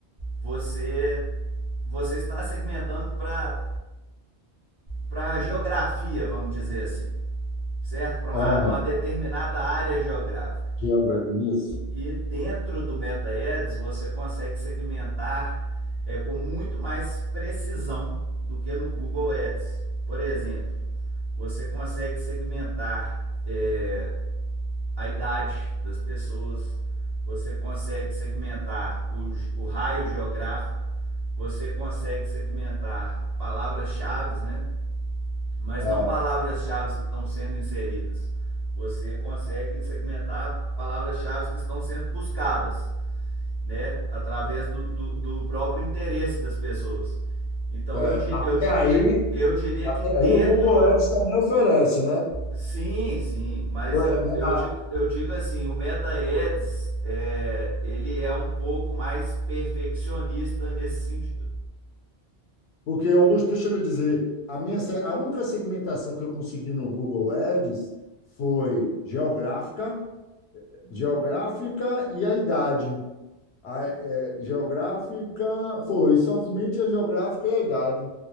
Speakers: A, on the right; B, on the left.
A: você, você está segmentando para para a geografia, vamos dizer assim, certo? Para uma,
B: É,
A: uma determinada área geográfica.
B: Gilbert, isso.
A: E dentro do MetaEds você consegue segmentar é, com muito mais precisão do que no Google Ads. Por exemplo, você consegue segmentar é, a idade das pessoas, você consegue segmentar o, o raio geográfico, você consegue segmentar palavras-chave, né? mas
B: É,
A: não palavras-chave que estão sendo inseridas. Você consegue segmentar palavras-chave que estão sendo buscadas, né? através do, do, do próprio interesse das pessoas. Então
B: é,
A: eu,
B: até
A: eu, diria,
B: aí,
A: eu diria
B: até
A: que dentro.
B: aí o Google Ads também oferece, né?
A: Sim, sim, mas
B: É,
A: eu, eu,
B: a-
A: digo, eu digo assim, o Meta Ads, é, ele é um pouco mais perfeccionista nesse sentido.
B: Porque, Augusto, deixa eu lhe dizer, a minha, se- a única segmentação que eu consegui no Google Ads foi geográfica, geográfica e a idade. A, é, geográfica, foi somente a geográfica e a idade.